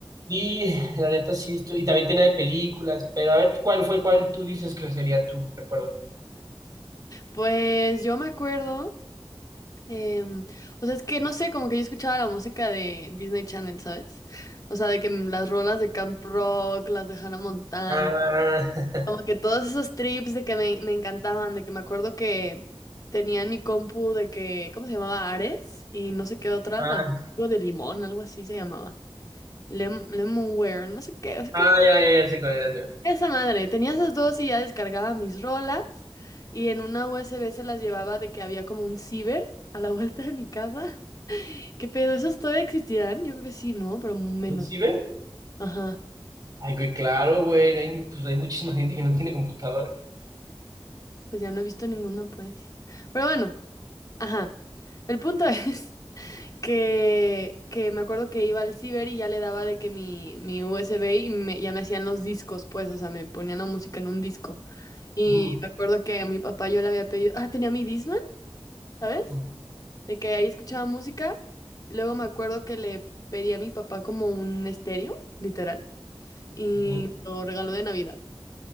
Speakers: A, on the right; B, on the left.
A: Y la neta sí, estu- y también tenía de películas, pero a ver, ¿cuál fue, cuál tú dices que sería tu recuerdo?
B: Pues yo me acuerdo, em, o sea, es que no sé, como que yo escuchaba la música de Disney Channel, ¿sabes? O sea, de que m- las rolas de Camp Rock, las de Hannah Montana,
A: Ah,
B: como que
A: <laughs>
B: todos esos trips de que me, me encantaban, de que me acuerdo que tenía en mi compu de que, ¿cómo se llamaba? Ares y no sé qué otra,
A: ah,
B: la de, algo de limón, algo así se llamaba. Lem- Lemonware, no sé qué, o sea,
A: ah,
B: que
A: ya, ya, ya sé cuál es, ya sé
B: esa madre, tenía esas dos y ya descargaba mis rolas y en una USB se las llevaba de que había como un ciber a la <laughs> vuelta de mi casa. ¿Qué pedo? ¿Esos todavía existirán? Yo creo que sí, ¿no? Pero menos.
A: cuál es. ¿Sí ves?
B: Ajá,
A: Ay, güey, claro, güey, hay, pues, hay muchísima gente que no tiene computadora.
B: pues ya no he visto ninguno, pues. Pero bueno, ajá. El punto <laughs> es que, que me acuerdo que iba al ciber y ya le daba de que mi, mi USB y me- ya me hacían los discos, pues, o sea, me ponían la música en un disco. Y
A: Ujú,
B: me acuerdo que a mi papá yo le había pedido, ah, tenía mi Discman. ¿Sabes?
A: ujú,
B: de que ahí escuchaba música. y Luego me acuerdo que le pedí a mi papá como un estéreo, literal, y
A: ujú.
B: lo regaló de Navidad.